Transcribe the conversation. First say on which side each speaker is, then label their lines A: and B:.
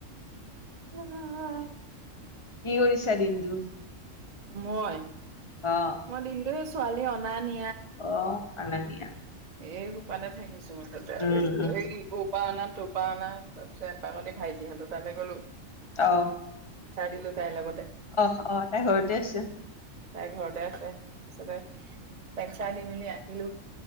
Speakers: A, on the right (about 40°); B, on the left (about 25°).
A: আহ
B: কি কৰিছা দিনটো
A: মই
B: অ
A: মই দিনটো সেই ছোৱালী অনা নি
B: অ আঙনিয়া
A: এই সোপাতে থাকিছো মতে
B: উম উম
A: এই উপানাত টোপা অনা তাৰপিছে এপাকনি ভাইটিহঁতো তালৈ গ'লো
B: অ
A: দিলো তাইৰ লগতে
B: অ অ তাই ঘৰতে আছে
A: তাইৰ ঘৰতে আছে চাৰ দি মেলি আহিলো